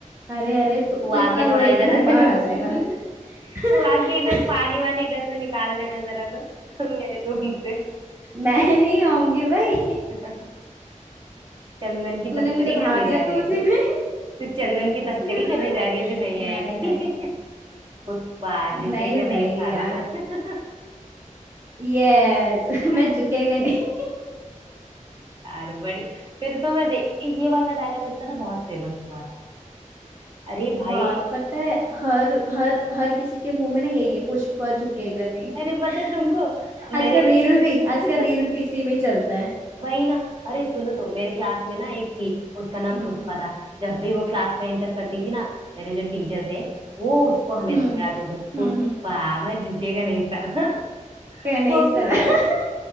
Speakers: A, on the right (about 15°); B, on the right (about 40°).
A: अरे अरे तू तू
B: तू आके
A: इतना रोएगी
B: थोड़ा इधर
A: ना
B: <laughs>
A: बाढ़ आ जाएगा <laughs> <laughs>
B: तू आके इधर पानी वानी इधर से निकाल देना जरा तो <laughs> मेरे रूम से
A: मैं नहीं आऊंगी भाई
B: <laughs> चंदन की
A: तूने
B: तस्करी
A: मुझे भा
B: करने
A: दिया
B: जा रही
A: तो
B: है
A: उसी में
B: तो चंदन की तस्करी
A: <laughs>
B: करने जा रही है जो नहीं आएगी
A: नहीं नहीं
B: <laughs> पुष्पा झुकेगा
A: नहीं भाई
B: नहीं साला
A: यार
B: मैं
A: यस <laughs>
B: <laughs>
A: मैं झुकेगा नहीं <laughs>
B: यार बड़ी फिर तो मैं देख ये वाला डायलॉग इसका ना बहुत फेमस हुआ था अरे भाई
A: बहुत पता है हर हर हर किसी के मुंह में ना यही है पुष्पा झुकेगा नहीं
B: अरे पता
A: <laughs>
B: है तुमको
A: आज
B: मेरे
A: का रील भी
B: <laughs>
A: आज का रील भी इसी में चलता है
B: वही ना अरे सुनो तो मेरे क्लास में ना एक थी उसका नाम
A: हम्म
B: पुष्पा था जब भी वो क्लास में एंटर करती थी ना मेरे जो टीचर थे वो उसको हमेशा
A: हम्म
B: चिढ़ाते थे पुष्पा
A: हम्म हम्म
B: मैं झुकेगा नहीं साला <laughs>
A: क्या नहीं
B: वो
A: साला
B: भी
A: <laughs>